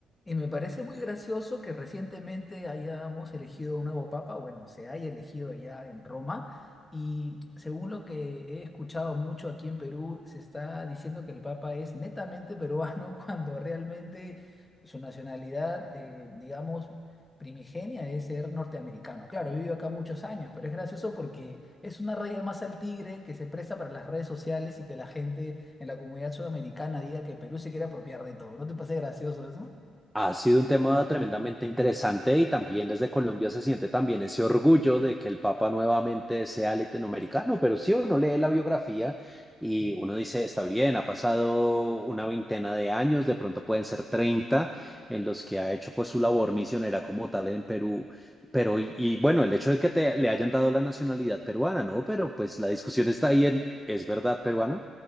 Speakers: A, on the left; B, in the centre.
A: Y me parece muy gracioso que recientemente hayamos elegido un nuevo papa, bueno, se haya elegido allá en Roma, y según lo que he escuchado mucho aquí en Perú, se está diciendo que el papa es netamente peruano <laughs> cuando realmente su nacionalidad, eh, digamos, primigenia es ser norteamericano. Claro, vivió acá muchos años, pero es gracioso porque es una raya más al tigre que se presta para las redes sociales y que la gente en la comunidad sudamericana diga que Perú se quiere apropiar de todo. ¿No te parece gracioso eso?
B: Ha sido un tema tremendamente interesante y también desde Colombia se siente también ese orgullo de que el Papa nuevamente sea latinoamericano, pero sí uno lee la biografía y uno dice, está bien, ha pasado una veintena de años, de pronto pueden ser 30 en los que ha hecho pues su labor misionera como tal en Perú, pero y, y, bueno, el hecho de que te, le hayan dado la nacionalidad peruana, ¿no? Pero pues la discusión está ahí en, ¿es verdad peruano?